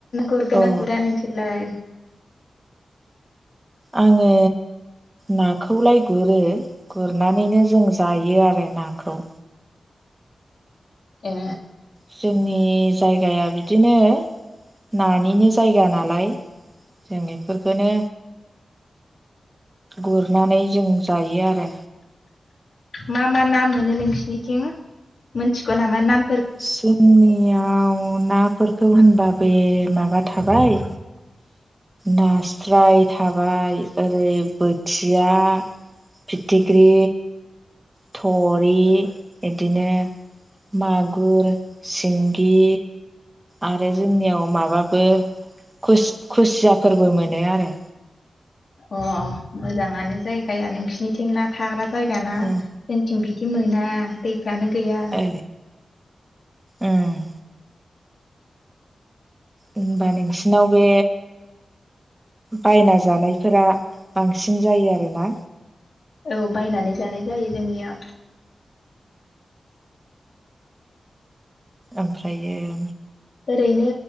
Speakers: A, on the left; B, on the right.
A: गुरगोन
B: अ
A: ना गुरा नोंसोरलाय?
B: आङो नाखौलाय गुरो गुरनानैनो जों जायो आरो नाखौ।
A: ए
B: जोंनि जायगाया बिदिनो नानिनो जायगा नालाय जों इफोरखौनो गुरनानै जों जायो आरो
A: मा मा ना नोंसिनिथिं मोनथिग' नामा नाम
B: जोंनिया औ नाफोरखौ होनबा बे माबा थाबाय नास्राय थाबाय ओरै बोथिया फिथिख्रि थरि इदिनो मागुर सिंगि आरो जोंनियाव माबाबो खुसि खुसियाफोरबो मोनो आरो
A: अ मोजांङानो जायगाया नोंसोरनिथिं ना थाग्रा जायगा ना
B: उम
A: जोंथिं बिदि बिदि मोना दैफ्रानो गैया
B: ओ उम होनबा नोंसिनाव बे बायना जानायफोरा बांसिन जायो आरोना
A: औ बायनानै जानाय जायो जोंनिया
B: ओमफ्रायो
A: ओरैनो